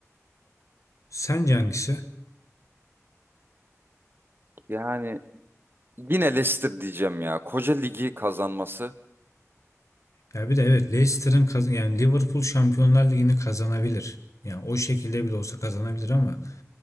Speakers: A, on the left; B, on the right.
A: Sence hangisi?
B: Yani yine Leicester diyeceğim ya. Koca ligi kazanması.
A: Ya bir de evet Leicester'ın kazan yani Liverpool Şampiyonlar Ligi'ni kazanabilir. Yani o şekilde bile olsa kazanabilir ama